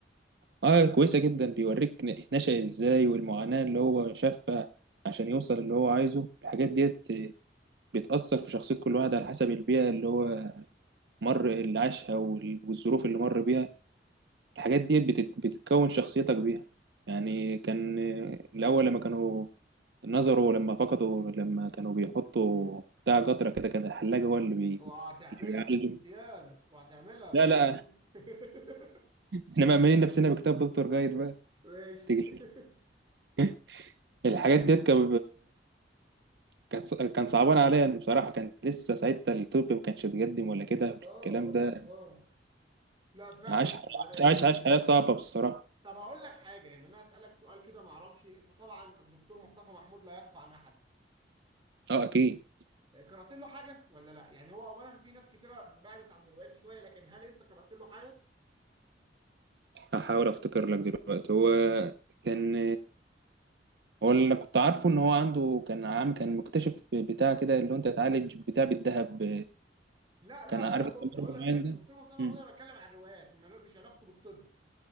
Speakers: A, on the right; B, on the right.
A: اه كويسة جدا بيوريك ن- نشأ ازاي والمعاناة اللي هو شافها عشان يوصل اللي هو عايزه الحاجات ديت بتأثر في شخصية كل واحد على حسب البيئة اللي هو مر اللي عاشها وال- والظروف اللي مر بيها الحاجات ديت بتت- بتكون شخصيتك بيها يعني كان آه، الأول لما كانوا نظروا لما فقدوا لما كانوا بيحطوا بتاع قطرة كده كان الحلاج هو اللي بي...
B: وهتعملها
A: اللي
B: في
A: بيعالج
B: الامتياز وهتعملها تودينا
A: لا لا
B: في <laughs> ده.
A: احنا مأمنين نفسنا بكتاب دكتور جايد بقى
B: ماشي
A: تيجي
B: <laughs>
A: <laughs> الحاجات ديت كان كانت كان صعبان عليا بصراحة كان لسه ساعتها الطب ما كانش اتقدم ولا كده الكلام
B: اه اه
A: ده
B: اه لا فعلا
A: عاش
B: كانت معاناه
A: عاش عاش حياة صعبة بصراحة
B: طب هقول لك حاجه يعني انا هسالك سؤال كده ما اعرفش انت طبعا الدكتور مصطفى محمود لا يخفى عن احد
A: اه اكيد
B: آه، قرات له حاجه ولا لا يعني هو اولا في ناس كتيره بعدت عن الروايات شويه لكن هل انت قرات له حاجه
A: هحاول افتكر لك دلوقتي هو كان هو اللي كنت عارفه ان هو عنده كان عام كان مكتشف بتاع كده اللي هو انت تعالج بتاع بالذهب
B: لا لا
A: كان عارف
B: لا لا بص
A: انت المرض
B: هقول
A: المعين
B: لك حاجه
A: ده
B: الدكتور مصطفى محمود
A: مم.
B: انا بتكلم عن الروايات ما له- مش علاقته بالطب